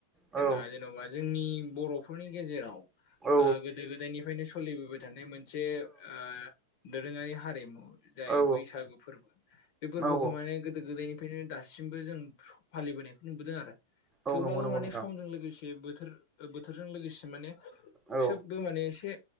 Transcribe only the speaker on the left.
जोंना जेन'बा जोंनि बर'फोरनि गेजेराव
ओ गोदो गोदायनिफ्रायनो सोलिबोबाय थानाय मोनसे ओ दोरोङारि हारिमु जाय
बैसागु फोरबो, बे फोरबोखौ
माने गोदो गोदायनि फ्रायानो दासिमबो जों फालिबोनायखौ नुबोदों आरो
थेवब्लाबो
माने
समजों लोगोसे बोथोर बोथोरजों लोगोसे माने
सोबबो माने एसे